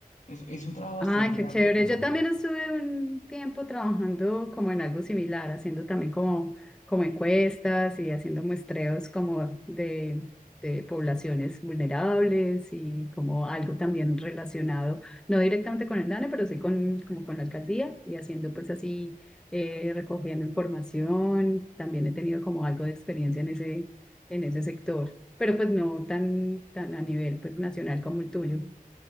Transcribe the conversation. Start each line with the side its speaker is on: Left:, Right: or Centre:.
Left: es, es un trabajo bastante
Centre: Ay, qué
Left: arduo,
Centre: chévere.
Left: pero
Centre: Yo
Left: fue
Centre: también
Left: bueno.
Centre: estuve un tiempo trabajando como en algo similar, haciendo también como, como encuestas y haciendo muestreos como de, de poblaciones vulnerables y como algo también relacionado, no directamente con el DANE, pero sí con, como con la alcaldía y haciendo pues así, eh, recogiendo información. También he tenido como algo de experiencia en ese, en ese sector, pero pues no tan, tan a nivel pues nacional como el tuyo.